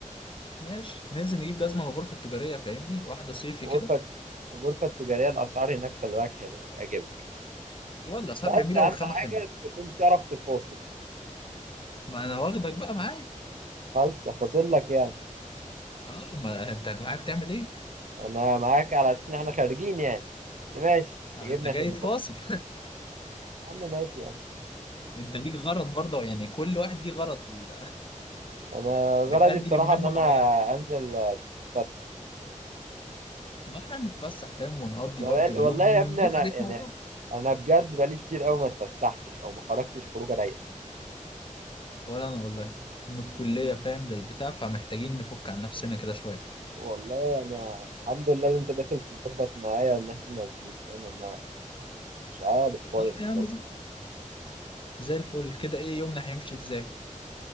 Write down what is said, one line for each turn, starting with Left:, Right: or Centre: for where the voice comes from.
Left: ماشي ننزل نجيب جزمه من الغرفه التجاريه فاهمني واحده صيفي
Right: غرفة
Left: كده
Right: الغرفة التجارية الأسعار هناك خلي بالك حلوة هتعجبك
Left: والله الاسعار
Right: بس
Left: جميله
Right: أهم
Left: والخامه
Right: حاجة
Left: حلوه
Right: تكون بتعرف تفاصل
Left: ما انا واخدك بقى معايا
Right: فلسة فاصل لك يعني
Left: اه ما انت معايا بتعمل ايه
Right: أنا معاك على أساس إن إحنا خارجين يعني بس ماشي
Left: آه،
Right: تجيبني
Left: انت جاي
Right: عشان نفاصل
Left: تفاصل <laughs>
Right: يا عم ماشي يعني
Left: انت ليك غرض برضه يعني كل واحد ليه غرض في ال...
Right: أنا غرضي
Left: بنأدي
Right: بصراحة
Left: لمهمه
Right: إن أنا
Left: معينه
Right: أنزل أتفسح
Left: ما احنا نتفسح فاهم ونقضي
Right: أنا
Left: برضو
Right: بقال-
Left: اليوم
Right: والله يا
Left: ونجيب
Right: ابني أنا
Left: حاجتنا
Right: يعني
Left: ونروح
Right: أنا بجد بقالي كتير أوي ما اتفسحتش أو ما خرجتش خروجة رايقة
Left: ولا انا والله من الكلية فاهم للبتاع فمحتاجين نفك عن نفسنا كده شوية
Right: والله يعني الحمد لله ان انت داخل تظبط معايا ان احنا نازلين فاهم انا مش عارف كويس
Left: طيب يا
Right: اظبط
Left: عم زي زي الفل كده ايه يومنا هيمشي ازاي